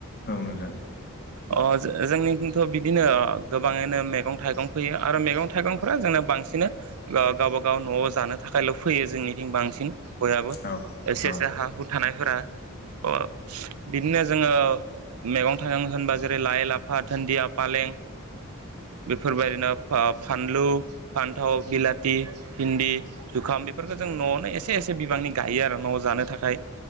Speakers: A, on the left; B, on the right.
A: औ नोंथां।
B: अ जो-जोंनिथ' बिदिनो गोबाङैनो मैगं थाइगं फैयो आरो मैगं थाइगंफोरा जोंनो बांसि सिनो गा-गावबा गाव न'आव जानो थाखायल' फैयो जोंनिथिं बांसिन बयहाबो
A: औ
B: एसे
A: औ
B: एसे हा हु थानायफोरा अह जोङो मैगं थाइगं होनबा जेरै लाइ लाफा दुन्दिया फालें बेफोरबायदिनो फा-फानलु, फान्थाव, बिलाथि, भिन्दि जुखाम बेफोरखौ जों न'आवनो एसे एसे बिबांनि गायो आरो न'आव जानो थाखाय।